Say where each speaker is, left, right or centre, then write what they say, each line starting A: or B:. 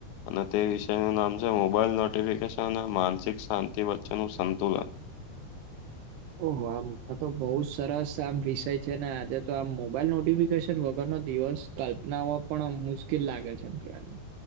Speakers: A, on the left; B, on the right.
A: અને તે વિષયનું નામ છે મોબાઈલ નોટિફિકેશન અને માનસિક શાંતિ વચ્ચેનું સંતુલન.
B: ઓહો! આમ આતો બહુ જ સરસ આમ વિષય છે ને આજે તો આમ મોબાઈલ નોટિફિકેશન વગરનો દિવસ કલ્પનાઓ પણ મુશ્કેલ લાગે છે એમ કહીએ તો.